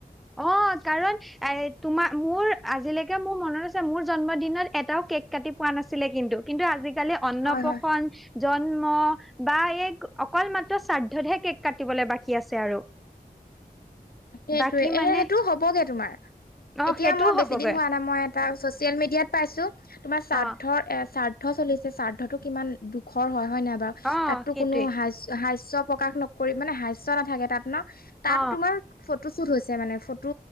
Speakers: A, in the centre; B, on the left.
A: অ', কাৰণ, এ, তোমাৰ মোৰ আজিলৈকে মোৰ মনত আছে মোৰ জন্মদিনত এটাও কেক কাটি পোৱা নাছিলে কিন্তু। কিন্তু আজিকালি অন্নপশন,
B: হয় হয়
A: জন্ম বা এই অকল মাত্ৰ শ্ৰাদ্ধতহে কেক্ কাটিবলৈ বাকী আছে আৰু।
B: সেইটোৱে।
A: বাকী
B: এ,
A: মানে
B: সে-সেইটো হ'বগে তোমাৰ।
A: অ
B: এতিয়া
A: সেইটোও
B: মই বেছি
A: হ'বগৈ
B: দিন হোৱা নাই মই এটা চচিয়েল মিড ইয়াত পাইছো, তোমাৰ শ্ৰাদ্ধ
A: অ
B: এ, শ্ৰাদ্ধ চলিছে শ্ৰাদ্ধটো কিমান দুখৰ হয়। হয় নহয় বাৰু,
A: অ
B: তাততো
A: সেইটোৱে
B: কোনো হাস্য, হাস্য প্ৰকাশ নকৰি মানে হাস্য নাথাকে তাত ন? তাত
A: অ
B: তোমাৰ ফটো শ্বুট হৈছে মানে, ফটো